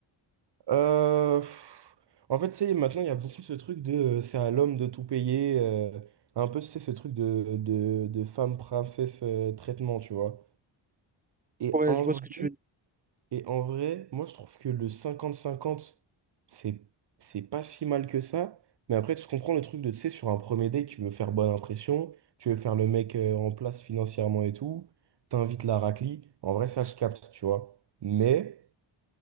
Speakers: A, on the right; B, on the right.
A: Euh, pff, en fait, tu sais, maintenant, il y a beaucoup ce truc de euh, c'est à l'homme de tout payer. euh, un peu, c'est ce truc de, de, de femme princesse euh, traitement, tu vois. Et
B: Ouais,
A: en
B: je vois
A: vrai,
B: ce que tu veux dire.
A: et en vrai, moi, je trouve que le cinquante cinquante c'est, c'est pas si mal que ça. Mais après, tu comprends le truc de, tu sais, sur un premier date, tu veux faire bonne impression, tu veux faire le mec euh, en place financièrement et tout, t'invites la raclie. En vrai, ça, je capte, tu vois. Mais.